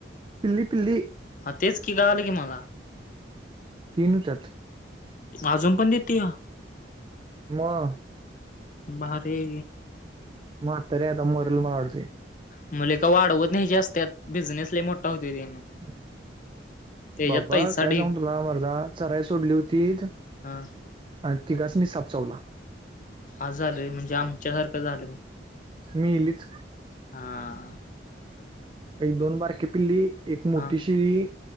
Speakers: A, on the right; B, on the left.
A: पिल्ली पिल्ली
B: हा तेच की <unintelligible> की मला
A: तीन होतात.
B: अजून पण देते या
A: म
B: भारी
A: <unintelligible>
B: म लेका वाढवत नाही जास्त त्यात बिझनेस लय मोठा होत त्याने
A: हम्.
B: त्याच्यात
A: बाबा
B: पैसा
A: काय
B: ढीग
A: सांगू तुला मरदा चराई सोडली होतीत
B: हा.
A: आणि तिघासनी साप चावला
B: असं झालय म्हणजे आमच्यासारखं झालं मग
A: मेलीचं
B: हा.
A: एक दोन बारकीे पिल्ली, एक मोठी
B: हा
A: शेळी